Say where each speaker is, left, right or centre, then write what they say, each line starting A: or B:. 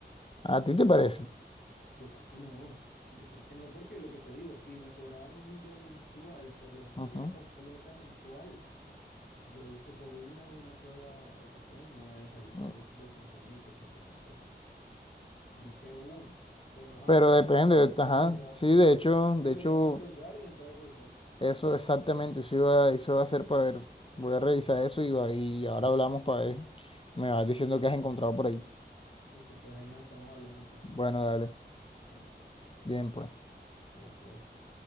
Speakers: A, on the left; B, on the left.
A: ¿A ti te parece?
B: Yo creo que no, yo creo que no, porque lo que te digo, si me cobraban un millón mensual por la asesoría
A: Ujú.
B: completa mensual, yo digo que por una de una sola ocasión no debe salir más
A: Mm.
B: de doscientos mil, trescientos mil pesos. Dice uno, pero ajá,
A: Pero
B: toca
A: depende,
B: revisar, toca entrar
A: ajá.
B: a revisar.
A: Sí, de hecho,
B: Que
A: de
B: deberíamos
A: hecho,
B: colgar y entrar a revisar.
A: eso exactamente, eso iba, eso iba a hacer para ver. Voy a revisar eso y, va- y ahora hablamos para ver. Me vas diciendo que has encontrado por ahí.
B: Listo, pues ahí nos estamos hablando entonces.
A: Bueno, dale.
B: Bueno,
A: Bien, pues.
B: bueno, pues.